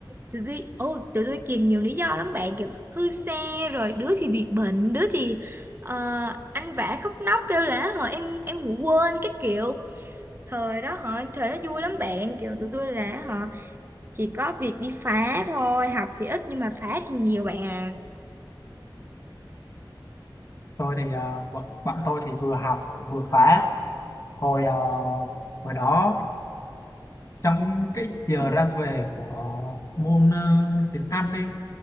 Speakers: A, on the right; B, on the left.
A: tụi tôi ô tụi tôi kìm nhiều lý do lắm bạn kiểu hư xe rồi đứa thì bị bệnh, đứa thì ờ, ăn vạ khóc nóc kêu là họ em em ngủ quên cái kiểu. Thời đó họ thời đó vui lắm bạn, kiểu tụi tôi là họ chỉ có việc đi phá thôi, học thì ít nhưng mà phá thì nhiều bạn à.
B: tôi thì à, bọn, bọn tôi thì vừa học vừa phá hồi à, hồi đó trong cái giờ ra về của môn ờ, tiếng Anh đi